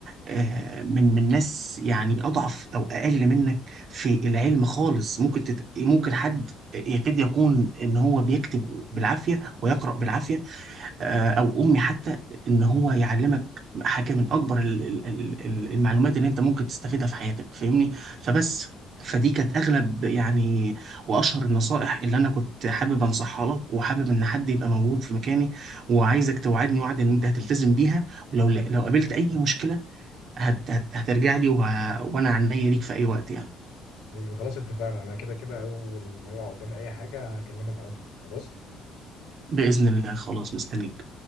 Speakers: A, on the right; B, on the left.
A: آه، من من ناس يعني أضعف أو أقل منك في العلم خالص ممكن تت... ممكن حد يكاد يكون ان هو بيكتب بالعافية ويقرأ بالعافية آه، او امي حتى ان هو يعلمك حاجه من اكبر ال- ال- ال- ال- المعلومات اللي انت ممكن تستفيدها في حياتك فاهمني فبس فدي كانت اغلب يعني واشهر النصائح اللي انا كنت حابب انصحها لك وحابب ان حد يبقى موجود في مكاني وعايزك توعدني وعد ان انت هتلتزم بيها ولو لو قابلت اي مشكله هت هت هترجع لي وه... وانا عنيا ليك في اي وقت يعني
B: بيبي خلاص اتفقنا انا كده كده اول ما يقع قدامي اي حاجه هكلمك على طول خلاص
A: باذن الله خلاص مستنيك